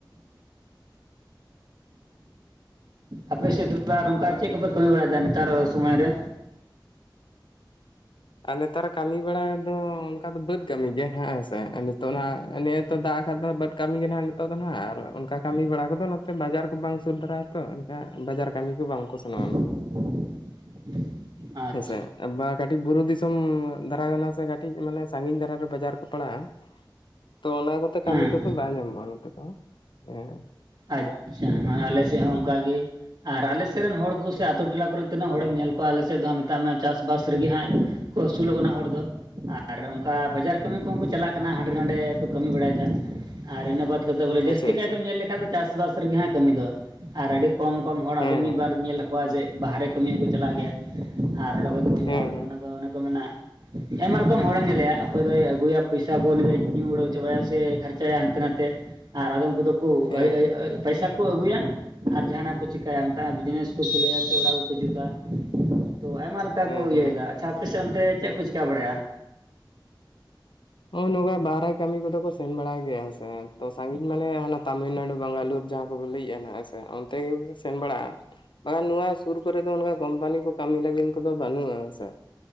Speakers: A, on the right; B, on the left.
A: ᱟᱯᱮ ᱥᱮᱫ ᱛᱚᱵᱮ ᱟᱨ ᱚᱱᱠᱟ ᱪᱮᱫ ᱠᱚᱯᱮ ᱠᱟᱹᱢᱤ ᱵᱟᱲᱟᱭ ᱮᱫᱟ ᱱᱮᱛᱟᱨ ᱥᱳᱢᱚᱭ ᱨᱮ
B: ᱟᱨ ᱱᱮᱛᱟᱨ ᱠᱟᱹᱢᱤ ᱵᱟᱲᱟ ᱫᱚ ᱚᱱᱠᱟ ᱫᱚ ᱵᱟᱹᱫᱽ ᱠᱟᱹᱢᱤ ᱜᱮ ᱦᱮᱸ ᱥᱮ ᱱᱤᱛᱚᱜ ᱚᱱᱟ ᱱᱤᱭᱟᱹ ᱫᱟᱜ ᱱᱮᱛᱟᱨ ᱫᱚ ᱵᱟᱹᱫᱽ ᱠᱟᱹᱢᱤ ᱜᱮ ᱱᱟᱦᱟᱜ ᱱᱤᱛᱚᱜ ᱫᱚ ᱱᱟᱦᱟᱜ ᱟᱨ ᱚᱱᱠᱟ ᱠᱟᱹᱢᱤ ᱵᱟᱲᱟ ᱠᱚᱫᱚ ᱱᱚᱛᱮ ᱵᱟᱡᱟᱨ ᱠᱚ ᱵᱟᱝ ᱥᱩᱨ <unintelligible> ᱛᱚ ᱚᱱᱠᱟ ᱵᱟᱡᱟᱨ ᱠᱟᱹᱢᱤ ᱠᱚ ᱵᱟᱝ ᱠᱚ ᱥᱮᱱᱚᱜᱼᱟ
A: <inaudible> ᱟᱪᱪᱷᱟ
B: ᱦᱮᱸ ᱥᱮ ᱵᱟ ᱠᱟᱹᱴᱤᱡ ᱵᱩᱨᱩ ᱫᱤᱥᱚᱢ ᱫᱷᱟᱨᱟ ᱠᱟᱱᱟ ᱥᱮ ᱠᱟᱹᱴᱤᱡ ᱢᱟᱱᱮ ᱥᱟᱸᱜᱤᱧ ᱫᱷᱟᱨᱟ ᱨᱮ ᱵᱟᱡᱟᱨ ᱠᱚ ᱯᱟᱲᱟᱜᱼᱟ ᱛᱚ ᱚᱱᱟ ᱠᱚᱛᱮ ᱠᱟᱹᱢᱤ
A: ᱦᱮᱸ
B: ᱠᱚᱫᱚ ᱵᱟᱝ ᱧᱟᱢᱚᱜᱼᱟ ᱱᱚᱛᱮ ᱫᱚ ᱦᱮᱸ
A: ᱟᱪᱪᱷᱟ ᱱᱚᱜ-ᱚᱭ ᱟᱞᱮ ᱥᱮᱫ ᱦᱚᱸ ᱚᱱᱠᱟ ᱜᱮ ᱟᱨ ᱟᱞᱮ ᱥᱮᱫ ᱨᱮᱱ ᱦᱚᱲ ᱠᱚ ᱥᱮ ᱟᱛᱳ ᱴᱚᱞᱟ ᱠᱚᱨᱮᱱ ᱛᱤᱱᱟᱹᱜ ᱦᱚᱲᱮᱢ ᱧᱮᱞ ᱠᱚᱣᱟ ᱟᱞᱮ ᱥᱮᱫ ᱫᱚ ᱦᱟᱸᱜ ᱢᱮᱛᱟᱜ ᱢᱮᱭᱟ ᱪᱟᱥ ᱵᱟᱥ ᱨᱮᱜᱮ ᱦᱟᱸᱜ ᱠᱚ ᱟᱹᱥᱩᱞᱚᱜ ᱠᱟᱱᱟ ᱦᱚᱲ ᱫᱚ ᱟᱨ ᱚᱱᱠᱟ ᱵᱟᱡᱟᱨ ᱠᱟᱹᱢᱤ ᱠᱚ ᱦᱚᱸ ᱠᱚ ᱪᱟᱞᱟᱜ ᱠᱟᱱᱟ <unintelligible> ᱱᱟᱰᱮ ᱠᱚ ᱠᱟᱹᱢᱤ ᱵᱟᱲᱟᱭ ᱮᱫᱟ ᱟᱨ ᱤᱱᱟᱹ ᱵᱟᱫ ᱠᱚ ᱫᱚ ᱵᱚᱞᱮ ᱡᱟᱹᱥᱛᱤ
B: ᱟᱪᱪᱷᱟ ᱟᱪᱪᱷᱟ
A: ᱠᱟᱭ ᱛᱮᱢ ᱧᱮᱞ ᱞᱮᱠᱷᱟᱱ ᱱᱮᱛᱟᱨ ᱫᱚ ᱪᱟᱥ ᱵᱟᱥ ᱨᱮ ᱜᱮ ᱦᱟᱸᱜ ᱠᱟᱹᱢᱤ ᱫᱚ ᱟᱨ ᱟᱹᱰᱤ ᱠᱚᱢ ᱠᱚᱢ ᱦᱚᱲ
B: ᱦᱮᱸ
A: ᱟᱫᱚ ᱢᱤᱫ ᱵᱟᱨ ᱧᱮᱞ ᱮᱫ ᱠᱚᱣᱟ ᱡᱮ ᱵᱟᱦᱨᱮ ᱠᱟᱹᱢᱤ ᱦᱚᱸ ᱠᱚ ᱪᱟᱞᱟᱜ ᱜᱮᱭᱟ ᱟᱨ ᱚᱸᱰᱮ ᱠᱷᱚᱡ ᱠᱚ ᱦᱤᱡᱩᱜᱼᱟ
B: ᱦᱮᱸ
A: ᱟᱫᱚ ᱚᱱᱟ ᱫᱚ ᱚᱱᱮ ᱠᱚ ᱢᱮᱱᱟ ᱟᱭᱢᱟ ᱨᱚᱠᱚᱢ ᱦᱚᱲ ᱮᱢ ᱧᱮᱞᱮᱭᱟ ᱚᱠᱚᱭ ᱫᱚᱭ ᱟᱹᱜᱩᱭᱟ ᱯᱚᱭᱥᱟ ᱠᱚ ᱩᱱᱤ ᱫᱚ ᱧᱩ ᱩᱲᱟᱹᱣ ᱪᱟᱵᱟᱭᱟ ᱥᱮ ᱠᱷᱟᱨᱪᱟᱭᱟ ᱦᱟᱱᱛᱮ ᱱᱟᱛᱮ ᱟᱨ ᱟᱫᱚᱢ ᱠᱚᱫᱚ ᱠᱚ
B: ᱦᱮᱸ
A: ᱯᱟᱭᱥᱟ ᱠᱚ ᱟᱹᱜᱩᱭᱟ ᱟᱨ ᱡᱟᱦᱟᱸᱱᱟᱜ ᱠᱚ ᱪᱤᱠᱟᱹᱭᱟ ᱢᱤᱛᱟᱜ ᱢᱮ ᱵᱤᱡᱽᱱᱮᱥ ᱠᱚ ᱠᱷᱩᱞᱟᱹᱭᱟ ᱥᱮ ᱚᱲᱟᱜ ᱠᱚᱠᱚ ᱡᱩᱛᱟ ᱛᱚ ᱟᱭᱢᱟ ᱞᱮᱠᱟ
B: ᱦᱮᱸ
A: ᱠᱚ ᱤᱭᱟᱹᱭᱮᱫᱟ
B: ᱦᱮᱸ
A: ᱟᱪᱪᱷᱟ ᱟᱯᱮ ᱥᱮᱫ ᱚᱱᱛᱮ ᱪᱮᱫ ᱠᱚ ᱪᱤᱠᱟᱹ ᱵᱟᱲᱟᱭᱟ
B: ᱱᱚᱼᱚ ᱱᱚᱝᱠᱟ ᱵᱟᱦᱨᱮ ᱠᱟᱹᱢᱤ ᱠᱚᱫᱚ ᱠᱚ ᱥᱮᱱ ᱵᱟᱲᱟᱭ ᱜᱮᱭᱟ ᱥᱮ ᱛᱚ ᱥᱟᱺᱜᱤᱧ ᱢᱟᱱᱮ ᱦᱟᱱᱟ ᱛᱟᱢᱤᱞ ᱱᱟᱲᱩ ᱵᱟᱝᱜᱟᱞᱩᱨ ᱡᱟᱦᱟᱸ ᱞᱟᱹᱭᱮᱜᱼᱟ ᱦᱮᱸ ᱥᱮ ᱚᱱᱛᱮ ᱜᱮ ᱥᱮᱱ ᱵᱟᱲᱟᱜᱼᱟ ᱵᱟᱠᱷᱟᱱ ᱱᱚᱣᱟ ᱥᱩᱨ ᱠᱚᱨᱮ ᱫᱚ ᱚᱱᱠᱟ ᱠᱳᱢᱯᱟᱱᱤ ᱠᱚ ᱠᱟᱹᱢᱤ ᱞᱟᱹᱜᱤᱫ ᱠᱚᱫᱚ ᱵᱟᱹᱱᱩᱜᱼᱟ ᱦᱮᱸ ᱥᱮ